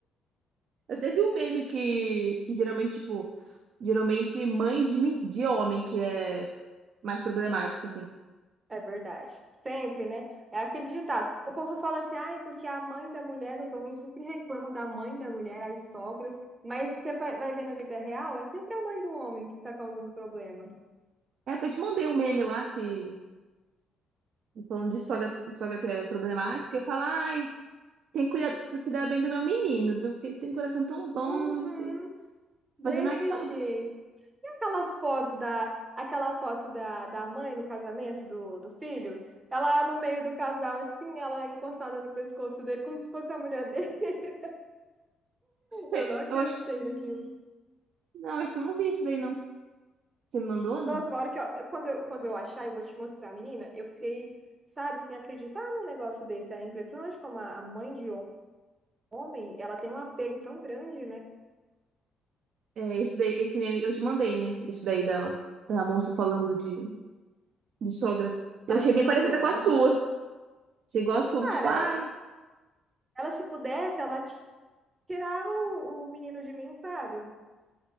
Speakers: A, on the right (about 65°); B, on the right (about 30°).
A: Eu teve um meme que, que geralmente, tipo, geralmente mãe de, men- de homem que é mais problemático, assim.
B: É verdade. Sempre, né? É aquele ditado. O povo fala assim, ai, porque a mãe da mulher, os homens sempre reclamam da mãe da mulher, as sogras, mas você vai vai ver na vida real, é sempre a mãe do homem que tá causando problema.
A: Eu até te mandei um meme lá que, falando de sogra, de sogra que é problemática, e fala, ai, tem que cuidar, tem que cuidar bem do meu menino, viu? Porque ele tem um coração tão bom,
B: Uhum.
A: eu não sei.
B: Desse
A: Fazendo, ai, que saudade.
B: jeito. E aquela foto da, aquela foto da, da mãe no casamento do, do filho? Ela no meio do casal, assim, ela encostada no pescoço dele, como se fosse a mulher dele. <laughs>
A: Você-
B: Eu não acreditei
A: Eu acho que,
B: naquilo.
A: não, acho que eu não vi isso daí, não. Você me mandou,
B: Nossa,
A: não?
B: uma hora que eu, quando eu, quando eu achar, eu vou te mostrar, menina. Eu fiquei, sabe, sem acreditar num negócio desse. É impressionante como a a mãe de hom- homem, ela tem um apego tão grande, né?
A: É, esse daí, esse meme, eu te mandei, né? Esse daí da, da moça falando de, de sogra. Eu
B: Acho
A: achei
B: que
A: bem
B: mandou,
A: parecida com
B: aham.
A: a sua. Você igual
B: sim
A: a sua,
B: cara,
A: tipo, ah,
B: e- ela se pudesse, ela ti- tirava o, o menino de mim, sabe?